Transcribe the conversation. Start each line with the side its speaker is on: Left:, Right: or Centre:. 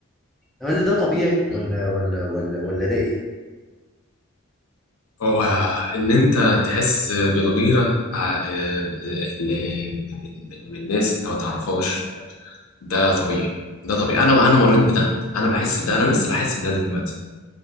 Centre: هل ده طبيعي ولا
Left: مم.
Centre: ولا ولا ولا ده ايه
Left: هو ان انت تحس بالغيره ع- آه، ل- من من- من ناس انت ما تعرفهاش ده طبيعي ده طبيعي انا انا مريت بده انا بحس بده انا لسه بحس بده دلوقتي